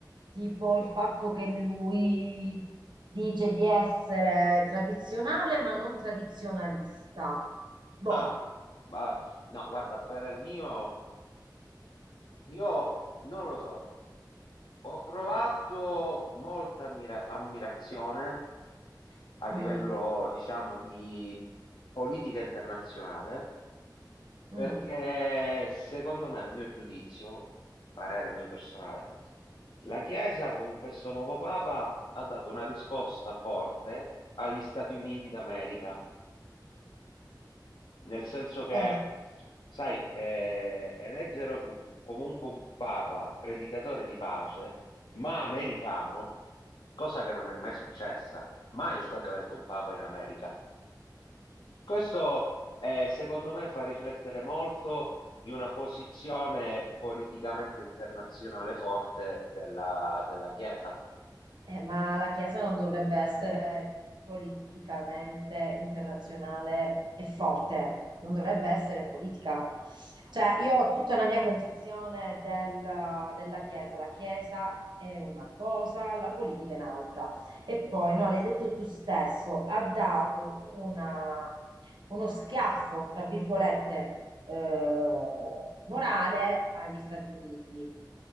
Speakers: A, on the right; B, on the left.
A: tipo
B: Gu-
A: il fatto che lui dice di essere tradizionale ma non tradizionalista. Boh,
B: Ah, vabbè. No, guarda, per il mio, io non lo so. Ho provato molta ammira- ammirazione a
A: mm,
B: livello, diciamo, di politica internazionale
A: mm,
B: Perché secondo me, a mio giudizio, parere mio personale, la Chiesa con questo nuovo Papa ha dato una risposta forte agli Stati Uniti d'America, nel senso che,
A: eh.
B: sai, eh, eleggere u- comunque un Papa predicatore di pace, ma americano, cosa che non è mai successa. Mai è stato eletto un Papa in America. Questo eh, secondo me fa riflettere molto di una posizione politicamente internazionale forte della, della Chiesa.
A: Eh, ma la Chiesa non dovrebbe essere politicamente internazionale e forte, non dovrebbe essere politica. Cioè, io ho tutta una mia concezione del- della Chiesa. La Chiesa è una cosa, la politica è un'altra. E poi, no, l'hai detto tu stesso, ha dato una- uno schiaffo, tra virgolette, eh, morale agli Stati Uniti.